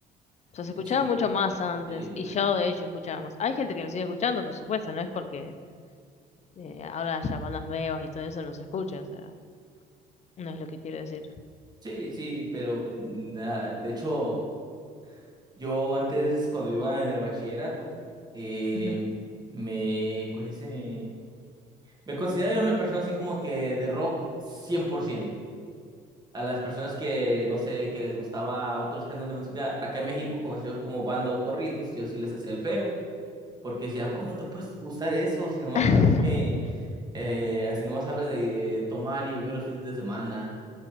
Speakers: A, on the left; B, on the right.
A: O sea, se
B: De
A: escuchaba
B: hecho,
A: mucho más antes
B: sí.
A: y yo de hecho escuchaba más. Hay gente que lo sigue escuchando, por supuesto, no es porque eh, ahora haya bandas nuevas y todo eso no se escucha, o sea, no es lo que quiero decir.
B: Sí, sí, pero na- de hecho, yo antes cuando iba en el bachillerato, eh,
A: Ujú.
B: me, ¿cómo se dice? Me consideraba una persona así como que de rock cien por ciento A las personas que, no sé, que les gustaba otros géneros de música, acá en México conocidos como banda o corridos, yo sí les hacía el feo, porque decía, ¿cómo te puedes gustar eso si nomás,
A: <laughs>
B: hace- eh, si nomás habla de tomar y beber los fines de semana?